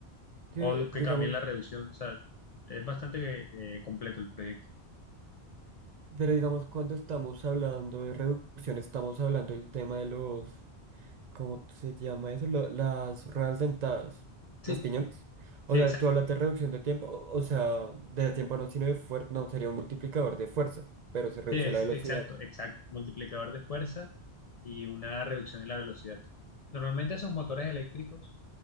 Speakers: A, on the right (about 55°); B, on the left (about 60°).
A: tío,
B: o que
A: digamos,
B: cambien la reducción. O sea, es bastante eh, completo el proyecto.
A: pero digamos, cuando estamos hablando de reducción, estamos hablando del tema de los ¿Cómo se llama eso? Lo- las ruedas dentadas,
B: Sí,
A: los piñones.
B: sí,
A: O sea,
B: exacto.
A: tú hablas de reducción de tiempo, o o sea, de tiempo no, sino de fuerza, no, sería un multiplicador de fuerza, pero se reduce
B: Sí, es-
A: la velocidad.
B: exacto, exacto. Multiplicador de fuerza y una reducción en la velocidad. Normalmente esos motores eléctricos